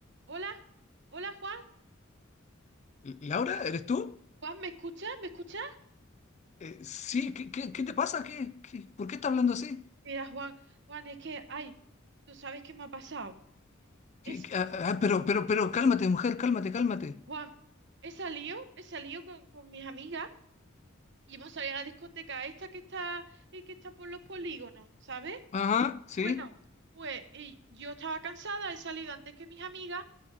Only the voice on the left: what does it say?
Laura, ¿eres tú?
Eh, sí, ¿qué, qué- qué te pasa? ¿Qué, qué- por qué estás hablando así?
¿Qué-
qué-
ah, ah, pero, pero, pero, cálmate, mujer, cálmate, cálmate.
Ajá, sí.